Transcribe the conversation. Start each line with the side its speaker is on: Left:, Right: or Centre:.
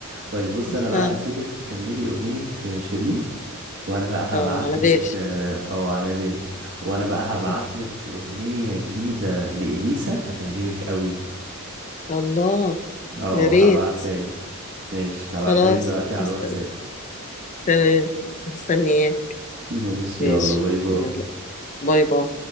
Right: طيب بص
Left: <laughs>
Right: انا بقى
Left: فعلا
Right: هسيبك تكملي اغنية شيرين وانا بقى هبعتلك
Left: اه على بالي
Right: اه آه، على بالي وانا بقى هبعتلك
Left: <laughs>
Right: اغنية جديدة لإليسا هتعجبك قوي
Left: الله
Right: اه
Left: يا ريت
Right: هبعتها لك ماشي
Left: خلاص
Right: هبعتها لك دلوقتي على
Left: مستني.
Right: الواتساب
Left: تمام مستنياك
Right: <laughs> ماشي
Left: ماشي
Right: يلا باي باي
Left: يلا باي باي